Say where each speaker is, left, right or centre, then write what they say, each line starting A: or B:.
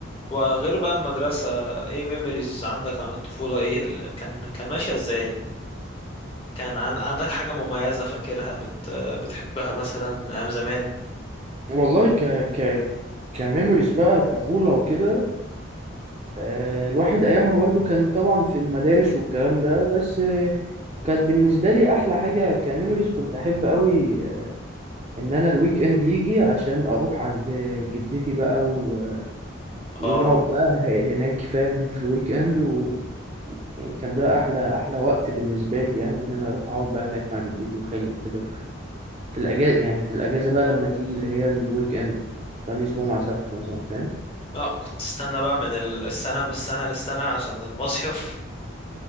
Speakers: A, on the left (about 25°); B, on the right (about 30°).
A: وغير بقى المدرسة ايه ميموريز عندك عن الطفولة ايه ال... كان كان ماشية ازاي كان عن... عندك حاجة مميزة فاكرها بت... بتحبها مثلا من ايام زمان
B: والله ك ك كميموريز بقى طفولة وكده آه، الواحد أيامها برضو كان طبعا في المدارس والكلام ده بس آه، كانت بالنسبة لي أحلى حاجة كميموريز كنت أحب أوي آه، إن أنا الويك إند يجي عشان أروح عند جدتي بقى و... ونقعد
A: اه
B: بقى ه- هناك فاهم في الويك إند و... يعني كان ده أحلى أحلى وقت بالنسبة لي يعني إن أنا أروح أقعد بقى هناك مع جدتي وخالي كده في, في الأجازة يعني في الأجازة بقى لما تيجي اللي هي الويك إند خميس جمعة سبت مثلا فاهم
A: اه كنت تستنى بقى من السنة من السنة للسنة عشان المصيف